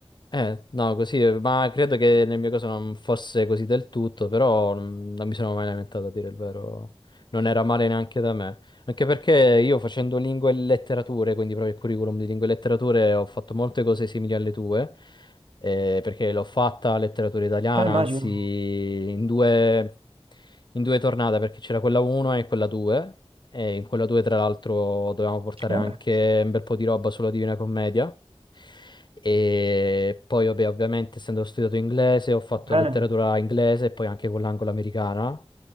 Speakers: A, on the left (about 45°); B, on the right (about 60°).
A: Eh, no, così, eh, ma credo che nel mio caso non fosse così del tutto, però mm, non mi sono mai lamentato a dire il vero. Non era male neanche da me. Anche perché io facendo lingue e letterature, quindi proprio il curriculum di lingue e letterature, ho fatto molte cose simili alle tue, eh, perché l'ho fatta letteratura italiana,
B: Eh, immagino.
A: anzi in due, in due tornate, perché c'era quella 1 e quella 2, e in quella 2 tra l'altro dovevamo portare
B: Eh,
A: anche un bel po' di roba sulla Divina Commedia. E poi, vabbè, ovviamente, essendo studiato inglese, ho fatto
B: bene.
A: letteratura inglese e poi anche con l'anglo-americana.